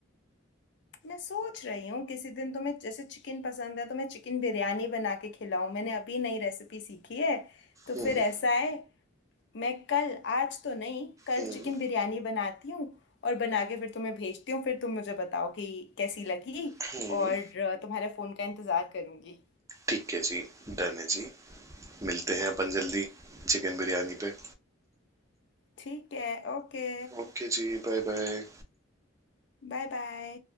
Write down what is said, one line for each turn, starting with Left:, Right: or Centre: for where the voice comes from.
Left: मैं सोच रही हूँ किसी दिन तुम्हें जैसे चिकन पसंद है तो मैं चिकन बिरयानी बना के खिलाऊं मैंने अभी नई रेसिपी सीखी है तो
Right: हम्म,
Left: फिर ऐसा है मैं कल आज तो नहीं कल
Right: हम्म,
Left: चिकन बिरयानी बनाती हूँ और बना के फिर तुम्हें भेजती हूँ फिर तुम मुझे बताओ कि कैसी लगी
Right: हम्म।
Left: और अ, तुम्हारे फ़ोन का इंतज़ार करूँगी
Right: ठीक है जी डन है जी मिलते हैं अपन जल्दी चिकन बिरयानी पे
Left: ठीक है ओके
Right: ओके जी Bye bye
Left: Bye bye